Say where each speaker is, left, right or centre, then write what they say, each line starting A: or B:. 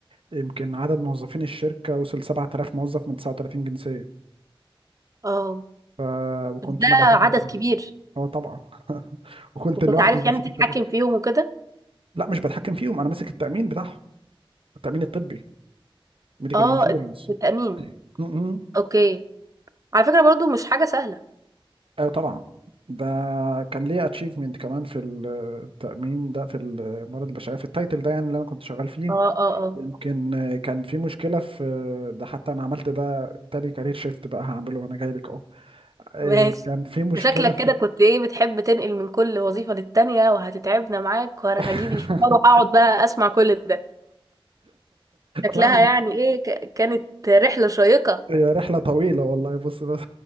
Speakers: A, on the right; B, on the right.
A: يمكن عدد موظفين الشركه وصل 7000 موظف من 39 جنسيه
B: اه
A: ف... وكنت
B: بس ده
A: انا بهندل
B: عدد كبير
A: اه طبعا <laughs> وكنت
B: وكنت
A: لوحدي
B: عارف
A: ماسك
B: يعني تتحكم
A: التامين
B: فيهم وكده
A: لا مش بتحكم فيهم انا ماسك التامين بتاعهم التامين الطبي ميديكال
B: اه
A: انشورنس
B: الت- التأمين
A: ايوه
B: اوكي على فكرة برضو مش حاجة سهلة
A: طبعا ده كان ليا اتشيفمنت كمان في التامين ده في الموارد البشريه في التايتل ده يعني اللي انا كنت شغال فيه
B: اه اه اه
A: يمكن آه، كان في مشكلة في ده حتى أنا عملت ده تاني كارير شيفت بقى هعمله وأنا جاي لك أهو آه،
B: ماشي
A: كان في مشكلة
B: شكلك
A: في
B: كده كنت ايه بتحب تنقل من كل وظيفة للتانية وهتتعبنا معاك وانا
A: <laughs>
B: هجيب الفطار وهقعد بقى اسمع كل ده شكلها
A: لا مش
B: يعني ايه ك- كانت رحلة شيقة
A: هي رحلة طويلة والله بص بس